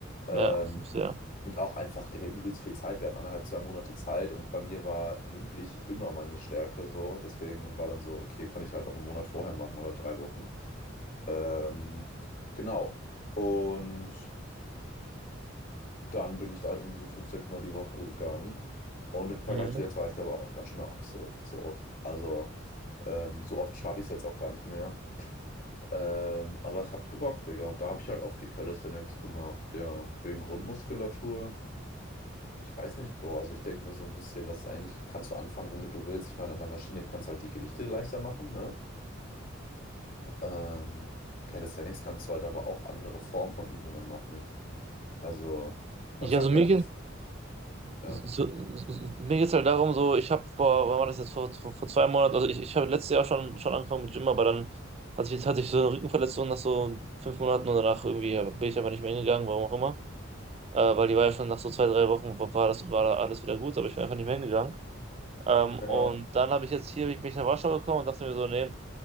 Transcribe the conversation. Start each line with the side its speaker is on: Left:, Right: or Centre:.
Left: Ähm,
Right: Ja, ja.
Left: Und auch einfach, Digga, übelst viel Zeit. Wir hatten anderthalb, zwei Monate Zeit und bei mir war mündlich immer meine Stärke so. Deswegen war dann so, okay, kann ich halt auch einen Monat vorher machen oder drei Wochen. Ähm, genau. Und dann bin ich da halt irgendwie so fünf, sechs Mal die Woche gegangen. Und im Vergleich
Right: Mhm.
Left: zu jetzt war ich da aber auch ein ganz schöner Ochse. So. Also, ähm, so oft schaffe ich es jetzt auch gar nicht mehr. Ähm, aber es hat gebockt, Digga. Und da habe ich halt auch viel Calisthenics gemacht. Ja, wegen Grundmuskulatur. Ich weiß nicht, Bro. Also ich denke mir so ein bisschen, dass es eigentlich, kannst du anfangen, womit du willst. Ich meine, an der Maschine kannst du halt die Gewichte leichter machen, ne? Ähm, Calisthenics kannst du halt aber auch andere Formen von Übungen machen. Also man
Right: Ich,
Left: sagt
Right: also mir
Left: ja so, ja,
Right: so, so, mir geht es halt darum, so, ich habe vor, wann war das jetzt, vor, vor, vor zwei Monaten, also ich, ich habe letztes Jahr schon, schon angefangen mit Gym, aber dann hatte ich, hatte ich so eine Rückenverletzung nach so fünf Monaten und danach irgendwie ja, bin ich einfach nicht mehr hingegangen, warum auch immer. Äh, weil die war ja schon nach so zwei, drei Wochen, war war das, war da alles wieder gut, aber ich bin einfach nicht mehr hingegangen. Ähm,
Left: ja,
Right: und dann habe ich jetzt hier, bin ich nach Warschau gekommen und dachte mir so, nee,